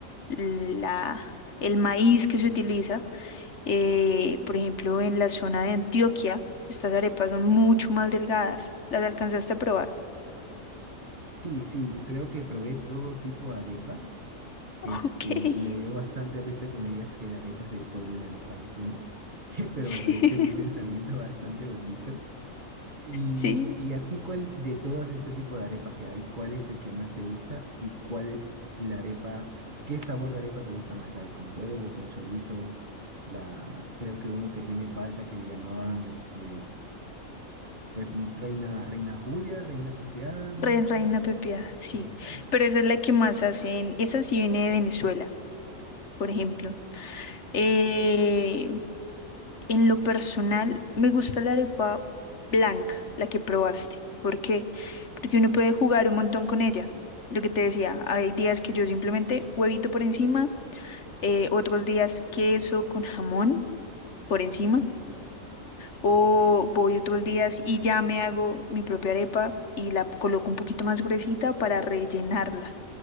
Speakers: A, on the left; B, on the right.
A: la, el maíz que se utiliza. Eh, por ejemplo, en la zona de Antioquia, estas arepas son mucho más delgadas. ¿Las alcanzaste a probar?
B: Sí, sí, yo creo que probé todo tipo de arepa. Este,
A: Ok,
B: me
A: <laughs>
B: dio bastante risa que me digas que la arepa es del pueblo y la arepa nos une, <laughs> pero
A: sí,
B: me parece un pensamiento bastante bonito. Y,
A: sí.
B: y a ti, ¿cuál de todos este tipo de arepas que hay, cuál es el que más te gusta y cuál es la arepa, qué sabor de arepa te gusta más? ¿La de con huevo, con chorizo? La, creo que uno que tiene palta que le llamaban este, pe- Reina, Reina Julia, Reina Pepiada, no
A: Reina,
B: me acuerdo.
A: reina pepiada, sí.
B: Esa.
A: Pero esa es la que más hacen. Esa sí viene de Venezuela, por ejemplo. Eh, En lo personal, me gusta la arepa blanca, la que probaste. ¿Por qué? Porque uno puede jugar un montón con ella. Lo que te decía, hay días que yo simplemente huevito por encima, eh, otros días queso con jamón por encima, o voy otros días y ya me hago mi propia arepa y la coloco un poquito más gruesita para rellenarla.